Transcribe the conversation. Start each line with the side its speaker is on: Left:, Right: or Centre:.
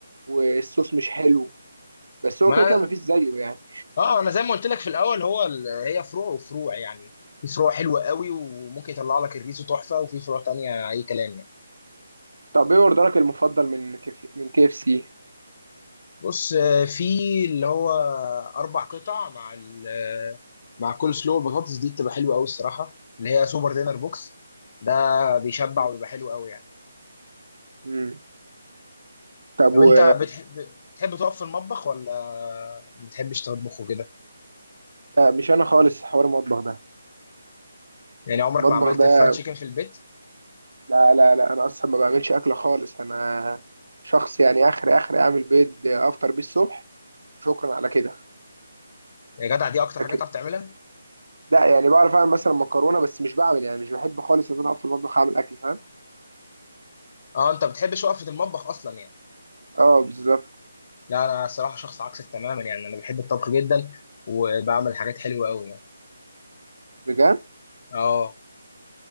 Right: والصوص مش حلو بس
Left: ما
Right: هو كده كده مفيش زيه يعني
Left: أنا أه أنا زي ما قلت لك في الأول هو ال- هي فروع وفروع يعني في فروع حلوة قوي وممكن يطلع لك الريزو تحفة وفي فروع تانية أي كلام يعني
Right: طب ايه اوردرك المفضل من كيف من كي اف سي
Left: بص آه، في اللي هو اربع قطع مع ال آه، مع كل سلو البطاطس دي بتبقى حلوه قوي الصراحه اللي هي سوبر دينر بوكس ده بيشبع وبيبقى حلو قوي يعني
Right: مم. طب
Left: طب
Right: و
Left: انت بتحب بتحب تقف في المطبخ ولا ما بتحبش تطبخ وكده
Right: لا مش انا خالص حوار المطبخ ده
Left: يعني عمرك
Right: المطبخ
Left: ما عملت
Right: ده
Left: فرايد تشيكن في البيت
Right: لا لا لا انا اصلا ما بعملش اكل خالص انا شخص يعني اخر اخر اعمل بيض افطر بيه الصبح وشكرا على كده
Left: يا جدع دي اكتر
Right: لكن
Left: حاجه تعرف تعملها
Right: لا يعني بعرف اعمل مثلا مكرونه بس مش بعمل يعني مش بحب خالص ان انا اقف في المطبخ اعمل اكل فاهم
Left: اه انت بتحبش وقفه المطبخ اصلا يعني
Right: اه بالظبط
Left: لا انا الصراحه شخص عكسك تماما يعني انا بحب الطبخ جدا وبعمل حاجات حلوه قوي يعني
Right: بجد
Left: اه